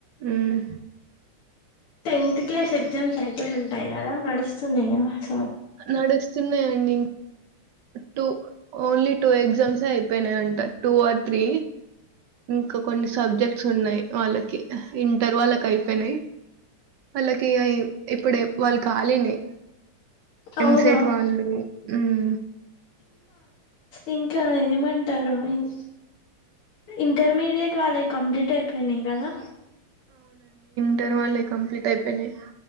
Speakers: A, on the right (about 75°); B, on the left (about 75°).
A: ఉమ్
B: టెన్త్ క్లాస్ ఎగ్జామ్స్ అయిపోయి ఉంటాయి కదా నడుస్తున్నాయా అస
A: నడుస్తున్నాఅండి టూ ఓన్లీ టూ ఎగ్జామ్స్ అయిపోయినాయి అంట టూ ఆర్ త్రీ ఇంకా కొన్ని సబ్జెక్ట్స్ ఉన్నాయి వాళ్ళకి ఇంటర్ వాళ్ళకి అయిపోయినాయి వాళ్ళకి ఇగ ఇప్పుడే వాళ్ళు ఖాళీనే
B: అవునా
A: ఎంసెట్ వాళ్ళు ఉమ్
B: ఇంట్లో ఏమంటారో ఏం ఇంటర్మీడియట్ వాళ్ళవి కంప్లీట్ అయిపోయినాయి గదా.
A: టర్ వల్లై కంప్లీట్ అయిపోయినాయి.